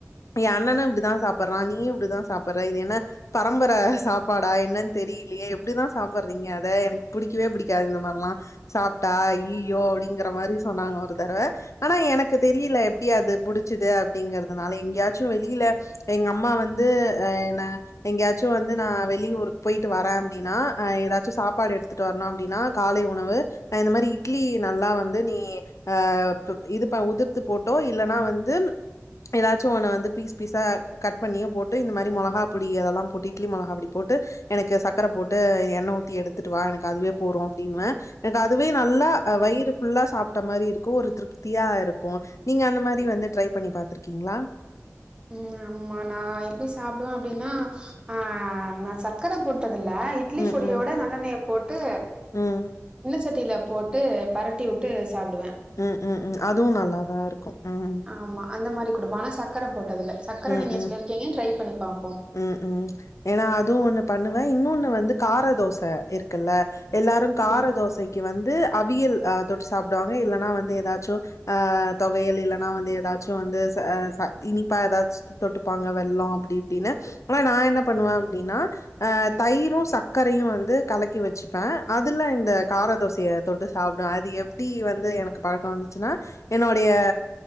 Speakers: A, on the left (about 70°); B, on the right (about 20°).
A: ஏ அண்ணனு இப்டுதா சாப்புற்றா நீயு இப்டிதா சாப்பற இது என்ன பரம்பர சாப்பாடா என்னன் தெரிய் லியே எப்டிதா சாப்பற்றீங்க அத எனக் புடிக்கவே புடிக்காது இந்த மார்லா சாப்ட்டா இய்யியோ அவ்டிங்கற <unintelligible> மாரி சொன்னாங்க ஒரு தரவ அனா எனக்கு தெரியில எப்டி அது புடுச்சிது அப்டிங்கற்துனால எங்யாச்சு வெளில எங்க அம்மா வந்து அ என எங்யாச்சு வந்து நா வெளியூர்க் போய் டு வர அப்டினா அ ஏதாச்சு சாப்பாடு எடுத்துட்டு வர்னு அப்டினா காலை உணவு அ இந்த மேரி இட்லி நல் வந்து நீ அ பு இதுப உதுர்த்து போட்டோ இல்லனா வந்து ஏதாச்சு ஒன்ன வந்து பீஸ் பீஸா கட் பண்ணியோ போட்டு இந்த மாரி மொளகாப்புடி அதெல்லாம் போட்டு இட்லி மொளகாப்பொடி போட்டு எனக்கு சக்கர போட்டு எண்ண ஊத்தி எடுத்துட்டு வா எனக்கு அதுவே போறு அப்டின்வ எனக்கு அதுவே நல்லா அ வை தயிறு இஃபுல்லா சாப்ட்ட மாரி இருக்கு ஒரு திருப்தியா இருக்கு நீங்க அந்த மாரி வந்து ட்ரை பண்ணி பாத்ருக்கீங்ளா
B: ம் ஆமா நா எப்டி சாப்டுவ அப்டினா ஆ நா சர்க்கர போட்டு டதுல இட்லி
A: ம்,
B: பொடியோட
A: ம்,
B: நல்லண்ணய போட்டு
A: ம்,
B: சட்டில போட்டு பெரட்டி உட்டு சாப்டுவ
A: ம் ம் ம் அதுவு நல்லாதா இருக்கு ம்
B: ஆமா அந்த மாரி கொடுப்ப ஆனா சக்கர போட்டதுல்ல சக்கர
A: ம்,
B: நீங்க
A: ம்,
B: சொல்லிர்க்கீங்க ட்ரை பண்ணி பாப்போ
A: ம் ம் ஏனா அதுவு ஒன்னு பண்ணுவ இன்னொன்னு வந்து காரதோச இருக்குல்ல எல்லாரு கார
B: ம்
A: தோசக்கி வந் து அவியல் அ தொட்டு சாப்டுவாங்க இல்லன்னா வந்து ஏதாச்சு அ தொவயல் இல்லனா வந்து ஏதாச்சு ந்து ச ச இனிப்பா ஏதாச் தொட்டுப்பாங்க வெல்லொ அப்டி இப்டினு <unintelligible> நா என்ன பண்ணுவ அப்டினா அ தயிரும் சக்கரையு வந்து கலக்கி வச்சுப்ப அதுல இந்த கார தோசய தொட்டு சாப்டுவ அதிய எப்டி வந்து எனக்கு பழக்கொ வந்துச்சினா என்னோட்ய